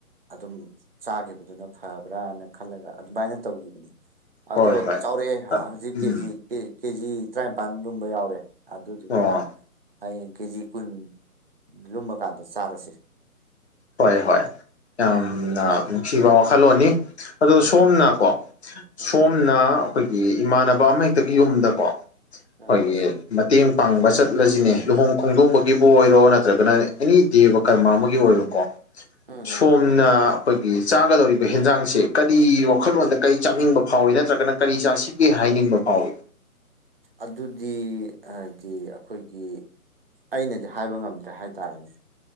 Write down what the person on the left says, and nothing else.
ꯍꯣꯏ ꯍꯣꯏ
ꯑ
ꯎꯝ
ꯑꯣ
ꯍꯣꯏ ꯍꯣꯏ ꯌꯥꯝꯅ ꯅꯨꯡꯁꯤꯕ ꯋꯥꯈꯜꯂꯣꯟꯅꯤ ꯑꯗꯣ
ꯁꯣꯝꯅꯀꯣ
ꯁꯣꯝꯅ
ꯑꯩꯈꯣꯏꯒꯤ ꯏꯃꯥꯟꯅꯕ ꯑꯃꯍꯦꯛꯇꯒꯤ ꯌꯨꯝꯗꯀꯣ
ꯈꯣꯏꯒꯤ
ꯃꯇꯦꯡ ꯄꯥꯡꯕ ꯆꯠꯂꯁꯤꯅꯦ ꯂꯨꯍꯣꯡ ꯈꯣꯡꯗꯣꯡꯕꯒꯤꯕꯨ ꯑꯣꯏꯔꯣ ꯅꯠꯇ꯭ꯔꯒꯅ ꯑꯦꯅꯤ ꯗꯦꯕ ꯀꯔꯃ ꯑꯃꯒꯤ ꯑꯣꯏꯔꯣ ꯀꯣ
ꯁꯣꯝ
<unintelligible> ꯑꯩꯈꯣꯏꯒꯤ ꯆꯥꯒꯗꯧꯔꯤꯕ ꯍꯦꯟꯖꯥꯡꯁꯦ ꯀꯔꯤ ꯋꯥꯈꯜꯂꯣꯟꯗ ꯀꯔꯤ ꯆꯥꯅꯤꯡꯕ ꯐꯥꯎꯏ ꯅꯠꯇ꯭ꯔꯒꯅ ꯀꯔꯤ ꯆꯥꯁꯤ ꯒꯦ ꯍꯥꯏꯅꯤꯡꯕ ꯐꯥꯎꯋꯤ